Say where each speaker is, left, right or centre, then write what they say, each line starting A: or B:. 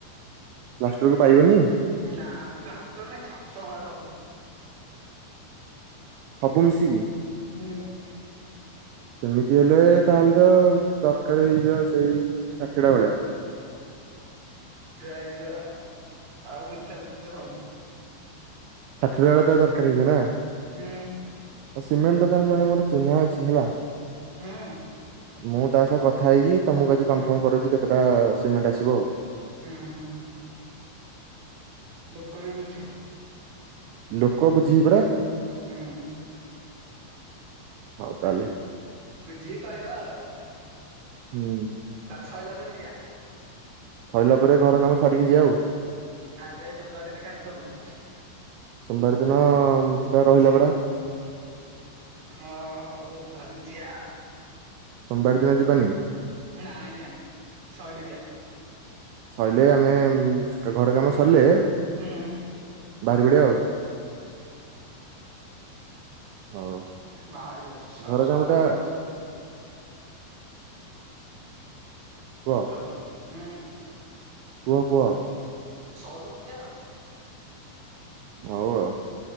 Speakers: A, on the right (about 80°); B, on the right (about 65°).
A: ପ୍ଲାଷ୍ଟରକୁ ପାଇବନି?
B: ନା ପ୍ଲାଷ୍ଟର ନାଇ ଛାଡ଼ ତ ଆମର ସବୁ।
A: ସବୁ ମିଶିକି?
B: ହୁଁ।
A: ସେମିତି ହେଲେ ତାହେଲେ ତ ଦରକାର ହେଇଯିବ ସେଇ ଷାଠିଏଟା ଭଳିଆ।
B: <unintelligible> ମିଛ ମିଛ ସବୁ।
A: ସାଥୁଟା ବେଳେ ତୋର ଦରକାର ହେଇଯିବ ନା?
B: ହୁଁ।
A: ଆଉ ସିମେଣ୍ଟ ଦୋକାନ ଜଣେ ମୋର ଚିହ୍ନା ଅଛି ହେଲା।
B: ହୁଁ।
A: ମୁଁ ତା ସହ କଥା ହେଇକି ତମକୁ ଆଜି କନଫର୍ମ କରୁଛି କେତେଟା ସିମେଣ୍ଟ ଆସିବ ଆଉ।
B: ହୁଁ ହୁଁ। ଲୋକ ବି ବୁଝିବ।
A: ଲୋକ ବୁଝିିବି ପରା?
B: ହୁଁ।
A: ହଉ ତାହେଲେ।
B: ବୁଝି କହିବା ଆଉ।
A: ହୁଁ।
B: ତାହେଲେ ସଇଲା ପରେ ଯିବା।
A: ସରିଲା ପରେ ଘର କାମ ସାରିକି ଯିବା ଆଉ।
B: ତହେଲେ ସୋମବାର ଦିନ କାନସଲ।
A: ସୋମବାର ଦିନ ସେଟା ରହିଲା ପରା।
B: ହଁ ହଉ ଧରିଛି ଆ
A: ସୋମବାର ଦିନ ଯିବାନି।
B: ନାଇ ଯିବାନି ସରିଲେ ଯିିବା।
A: ସରିଲେ ଆମେ ଘର କାମ ସରିଲେ
B: ହୁଁ ହୁଁ।
A: ବାହାରି ପଡିବ ଆଉ। ହଉ
B: ବାହାରିବ ସ
A: ଘର
B: ସରୁ
A: କାମ ଟା କୁହ
B: ହ୍ୟାଲୋ, ହୁଁ।
A: କୁହ କୁହ?
B: ସରୁ ଯିବା ଆଉ।
A: ହଉ ଆଉ।